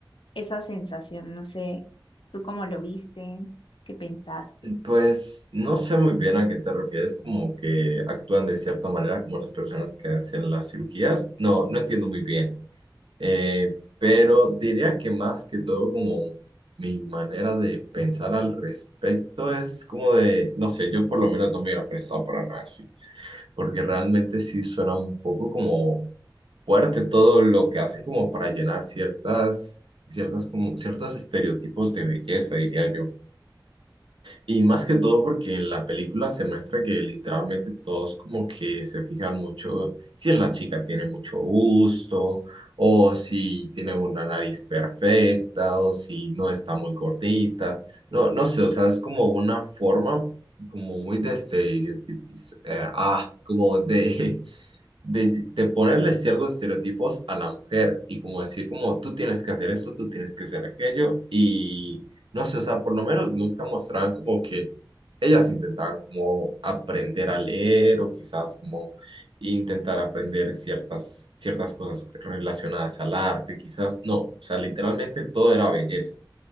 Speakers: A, on the left; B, on the right.
A: esa sensación. No sé, ¿tú cómo lo viste? ¿Qué pensaste?
B: Pues no sé muy bien a qué te refieres, como que actúan de cierta manera como las personas que hacen las cirugías. No, no entiendo muy bien. Eh, pero diría que más que todo como mi manera de pensar al respecto es como de, no sé, yo por lo menos no me hubiera prestado para nada así, porque realmente sí suena un poco como fuerte todo lo que hacen como para llenar ciertas, ciertas como, ciertos estereotipos de belleza, diría yo. Y más que todo porque en la película se muestra que literalmente todos como que se fijan mucho si en la chica tiene mucho gusto, o si tiene una nariz perfecta, o si no está muy gordita. No, no sé, o sea, es como una forma como muy de estereotipos, ah, como de <laughs> de, de ponerle ciertos estereotipos a la mujer y como decir como tú tienes que hacer esto, tú tienes que hacer aquello y no sé, o sea, por lo menos nunca mostraban como que ellas intentaban como aprender a leer o quizás como intentar aprender ciertas, ciertas cosas relacionadas al arte, quizás no, o sea, literalmente todo era belleza.